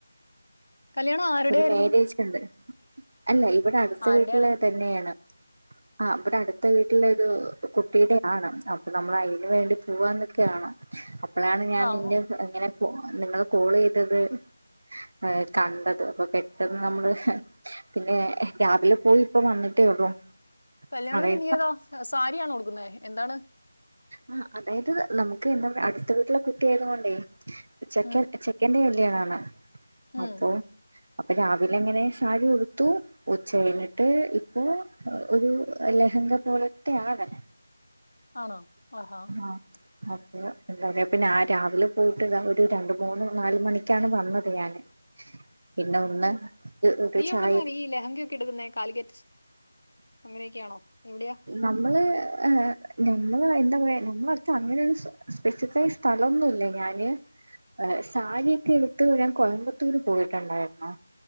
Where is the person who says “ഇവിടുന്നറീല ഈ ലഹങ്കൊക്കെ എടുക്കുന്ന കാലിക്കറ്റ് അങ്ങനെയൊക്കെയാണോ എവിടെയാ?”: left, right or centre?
Left